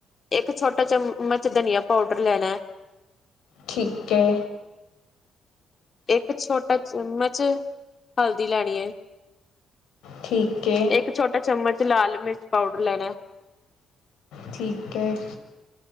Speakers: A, on the left; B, on the left.
A: ਇੱਕ ਛੋਟਾ ਚਮਚ, ਧਨੀਆ ਪਾਊਡਰ ਲੈਣਾ ਹੈ।
B: ਠੀਕ ਹੈ।
A: ਇੱਕ ਛੋਟਾ ਚਮਚ, ਹਲਦੀ ਲੈਣੀ ਹੈ।
B: ਠੀਕ ਹੈ।
A: ਇੱਕ ਛੋਟਾ ਚਮਚ, ਲਾਲ ਮਿਰਚ ਪਾਊਡਰ ਲੈਣਾ।
B: ਠੀਕ ਹੈ।